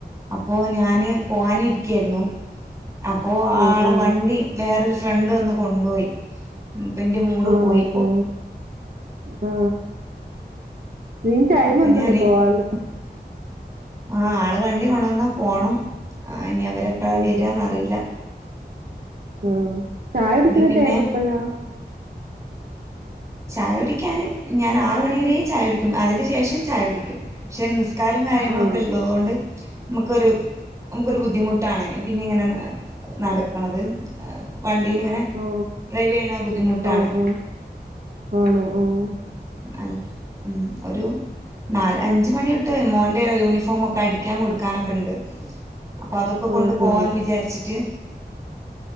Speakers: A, on the right; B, on the right.
A: അപ്പോ ഞാന് പോവാനി ഇരിക്കായിരുന്നു അപ്പോ
B: ആ
A: ആളെ
B: ആ
A: വണ്ടി വേറൊരു ഫ്രണ്ട്വന്ന് കൊണ്ടോയി പിന്റെ മൂട്
B: ആണോ
A: പോയിപ്പോ
B: ആ ആ ഇനിയും ടൈം
A: അപ്പൊ
B: ഉണ്ടല്ലോ
A: ഞാന്,
B: പോവാനുള്ള
A: ആ ആള് വണ്ടി കൊണ്ടുവന്നാ പോണം. ഇനി അവരെപ്പഴാ
B: ആ
A: വരുവാന്ന്റിയില്ല
B: ആ ചായ കുടിക്കുന്ന
A: പിന്നെ
B: ടൈം എപ്പഴാ?
A: ചായ കുടിക്കാന് ഞാൻ ആറ് മണിവ വര ചായ കുടിക്കും അതിന്റെ ശേഷം ചായ കുടിക്കും പക്ഷെ, സക്കാരും കാര്യങ്ങളുംക്കെ
B: ആണോ
A: ഉള്ളതുകൊണ്ട് നമുക്കൊരു നമുക്കൊരു ബുദ്ധിമുട്ടാണ് പിന്നെ ഇങ്ങനെ നടക്കുന്നത്. വണ്ടില്ങ്ങനെ
B: ആ
A: ഡ്രൈവ് ചെയ്യണ ബുദ്ധിമുട്ടാണ്ഞ
B: ആ ആ ആണോ ആഹ,
A: അ ഒരു നാല് അഞ്ച് മണിട്ട് മോന്റെ യൂണിഫോമ ഒക്കെ അടിക്കാൻ കൊടുക്കാനൊക്കെ ഉണ്ട്. അപ്പൊ അതൊക്കെ കൊണ്ട്
B: ആ
A: പോവാന്ന്
B: ആ
A: വിചാരിച്ചിട്ട്